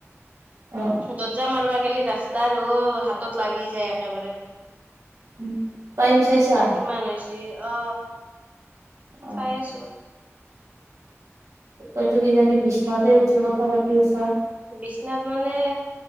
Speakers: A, on the right; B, on the right.
A: অ
B: দত যাম আৰু আগালি ৰাস্তা আৰুো হাতত লাগি যায় একেবাৰে
A: উ তাইম চাইছা
B: ইমান হৈছে অ
A: অ
B: চাই আছো
A: তইতো কিজানি বিচনাতে উঠি কথা পাতি আছা
B: বিচনাত মানে